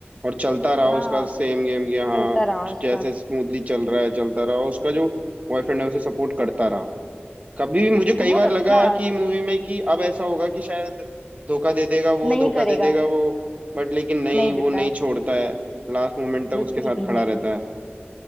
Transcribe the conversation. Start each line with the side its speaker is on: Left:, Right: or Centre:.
Right: और चलता रहा
Centre: हाँ
Right: उसका सेम गेम कि हाँ
Centre: चलता रहा उसका
Right: जैसे स्मूथली चल रहा है चलता रहा उसका जो बॉयफ्रेंड है उसे सपोर्ट करता रहा कभी भी मुझे कई
Centre: बहुत
Right: बार
Centre: अच्छा
Right: लगा कि मूवी में कि अब ऐसा होगा कि शायद धोखा दे देगा वो
Centre: नहीं
Right: धोखा
Centre: करेगा
Right: दे देगा वो बट लेकिन नहीं
Centre: नहीं देता
Right: वो नहीं
Centre: है
Right: छोड़ता है लास्ट मोमेंट तक
Centre: बिल्कुल
Right: उसके साथ
Centre: भी
Right: खड़ा
Centre: नहीं
Right: रहता है